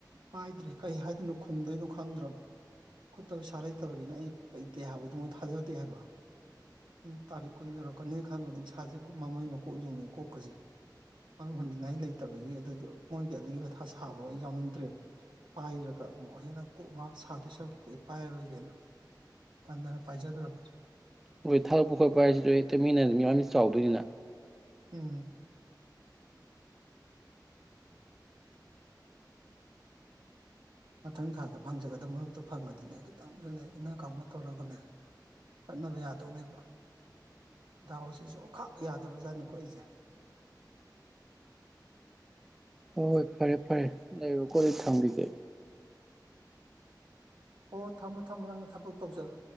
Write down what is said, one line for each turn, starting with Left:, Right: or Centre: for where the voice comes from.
Right: ꯄꯥꯏꯗ꯭ꯔꯦ ꯀꯩ ꯍꯥꯏꯗꯣꯏꯅꯣ ꯈꯨꯝꯗꯣꯏꯅꯣ ꯈꯪꯗ꯭ꯔꯕ ꯈꯨꯠꯇ ꯄꯩꯁꯥ ꯂꯩꯇꯕꯅꯤꯅ ꯑꯩ ꯂꯩꯇꯦ ꯍꯥꯏꯕꯗꯨꯣ ꯃꯣꯏ ꯊꯥꯖꯗꯦ ꯍꯥꯏꯕ ꯑꯗꯨ ꯇꯥꯔꯤꯛ ꯀꯨꯟꯖꯔꯛꯄ ꯀ ꯀꯀꯅꯤ ꯈꯟꯕꯗ ꯏꯁꯥꯁꯦ ꯃꯃꯩ ꯃꯀꯣꯛ ꯌꯨꯡꯉꯦ ꯀꯣꯛꯀꯁꯦ ꯃꯔꯨ ꯍꯟꯅꯤꯡꯉꯥꯏ ꯂꯩꯇꯕꯒꯤ ꯑꯗꯨꯗꯣ ꯃꯣꯏꯒꯤ ꯑꯗꯨꯒꯤ ꯃꯊꯥ ꯁꯥꯕ ꯑꯩ ꯌꯥꯎꯅꯤꯡꯗ꯭ꯔꯦꯕ ꯄꯥꯏꯔꯒ ꯑꯃꯨꯛ ꯍꯦꯟꯅ ꯀꯣꯛ ꯉꯥꯏꯍꯥꯛ ꯁꯥꯗꯣꯏ ꯁꯔꯛꯄꯗ ꯑꯩ ꯄꯥꯏꯔꯔꯣꯏꯒꯦꯅ ꯇꯟꯗꯅ ꯄꯥꯏꯖꯗ꯭ꯔꯕꯅꯤ
Centre: ꯍ‌ꯣꯏ ꯊꯥꯎꯔꯛ ꯄꯨꯈꯔꯥꯏꯁꯁꯨ ꯏꯇꯩ ꯃꯤꯟꯅꯤ ꯃꯤ ꯋꯥ ꯃꯤ ꯆꯥꯎꯗꯣꯏꯅꯤꯅ
Right: ꯍꯝ ꯃꯊꯪ ꯊꯥꯗ ꯐꯪꯖꯒꯗꯕ ꯃꯔꯛꯇꯣ ꯐꯪꯉꯗꯤꯅꯦ ꯈꯤꯇꯪꯁꯨꯅ ꯏꯪꯅꯥ ꯀꯥꯎꯅ ꯇꯧꯔꯒꯅꯦ ꯆꯠꯅꯕ ꯌꯥꯗꯧꯅꯦꯕ ꯗꯥꯎꯁꯤꯁꯨ ꯑꯈꯥꯞ ꯌꯥꯗꯕ ꯖꯥꯠꯅꯤꯀꯣ ꯑꯩꯁꯦ
Centre: ꯍꯣꯏ ꯍꯣꯏ ꯐꯔꯦ ꯐꯔꯦ ꯂꯩꯔꯣꯀꯣ ꯑꯗꯨ ꯊꯝꯕꯤꯒꯦ
Right: ꯑꯣ ꯊꯝꯃꯣ ꯊꯝꯃꯣ ꯅꯪꯅ ꯊꯕꯛ ꯇꯧꯖꯔꯣ